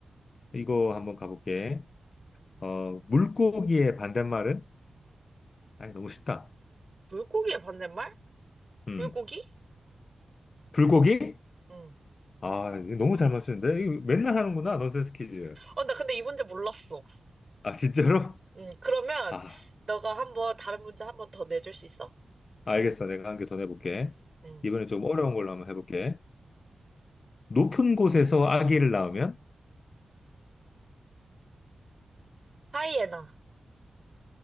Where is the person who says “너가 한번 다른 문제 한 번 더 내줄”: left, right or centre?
Right